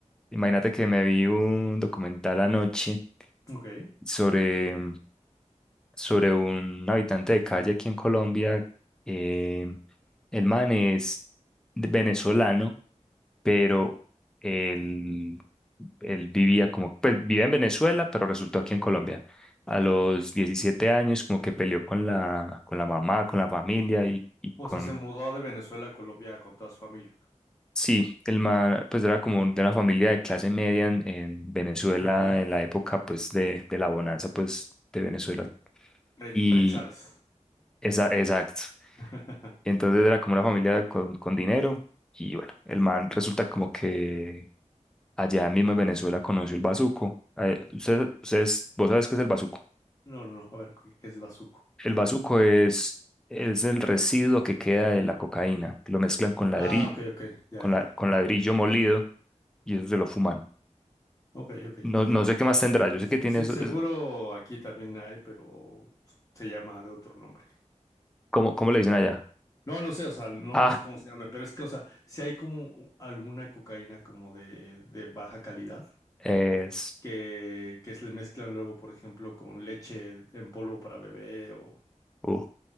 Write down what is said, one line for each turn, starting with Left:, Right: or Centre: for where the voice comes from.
Centre: imagínate que me vi un documental anoche
Left: Ok.
Centre: sobre, sobre un habitante de calle aquí en Colombia. eh, el man es de- venezolano, pero él, él vivía como, pues vive en Venezuela, pero resultó aquí en Colombia. A los 17 años como que peleó con la, con la mamá, con la familia y, y
Left: O
Centre: con
Left: sea, se mudó de Venezuela a Colombia con toda su familia.
Centre: Sí, el man pues era como de una familia de clase media en, en Venezuela
Left: Ok.
Centre: en la época pues de, de la bonanza pues de Venezuela
Left: Pre,
Centre: y
Left: pre-Chávez.
Centre: esa, exacto.
Left: <laughs>
Centre: Y entonces era como una familia con, con dinero y bueno, el man resulta como que allá mismo en Venezuela conoció el bazuco. Eh, ustedes, ustedes- vos sabes qué es el bazuco.
Left: No, no, no. A ver, ¿qué qué es bazuco?
Centre: El bazuco es, es el residuo que queda de la cocaína, lo mezclan con ladrillo,
Left: Ah, ok, ok. Ya,
Centre: con
Left: ya.
Centre: la,
Left: ya.
Centre: con ladrillo molido y eso se lo fuman.
Left: Ok, ok.
Centre: No, no sé qué más tendrá. Yo sé
Left: Se-
Centre: que tiene
Left: se-
Centre: eso.
Left: seguro
Centre: es-
Left: aquí también hay, pero se llama de otro nombre.
Centre: ¿cómo, cómo le dicen allá?
Left: No, no sé, o sea, no,
Centre: Ah,
Left: no sé cómo se llama, pero es que, o sea, si hay como alguna cocaína como de, de baja calidad
Centre: es.
Left: que, que se le mezclan luego, por ejemplo, con leche en polvo para bebé o
Centre: Uh,